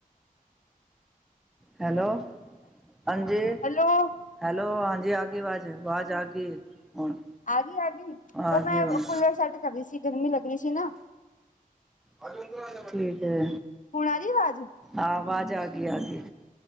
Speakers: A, in the centre; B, on the left (about 60°).
A: ਹੈਲੋ। ਹਾਂਜੀ
B: ਹੈਲੋ?
A: ਹੈਲੋ, ਹਾਂਜੀ ਆ ਗਈ ਵਾਜ਼, ਵਾਜ਼ ਆ ਗੀ ਹੁਣ।
B: ਆ ਗੀ ਆ ਗੀ
A: ਆ
B: ਓ ਮੈਂ
A: ਗਈ ਹੁਣ
B: ਕੂਲਰ ਸੈੱਟ ਕਰ ਰੀ ਸੀ ਗਰਮੀ ਲੱਗ ਰੀ ਸੀ ਨਾ।
A: ਆਜੋ ਅੰਦਰ ਆਜੋ। ਠੀਕ ਐ।
B: ਹੁਣ ਆ ਰਹੀ ਆਵਾਜ਼
A: ਆ ਵਾਜ਼ ਆ ਗਈ, ਆ ਗੀ